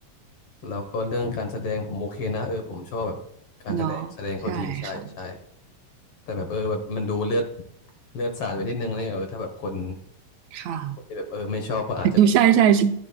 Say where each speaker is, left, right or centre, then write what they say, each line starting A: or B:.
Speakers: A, on the left; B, on the right.
A: แล้วก็เรื่องการแสดงผมโอเคนะเออผมชอบแบบการแสดงแสดงเขาดีใช่ใช่
B: <laughs> เนาะใช่ค่ะ
A: แต่แบบเออแบบมันดูเลือดเลือดสาดไปนิดนึงนี่เออถ้าแบบคน
B: ค่ะ
A: คนที่แบบเออไม่ชอบก็อาจจะแบบ
B: <laughs> ใช่ใช่ใช่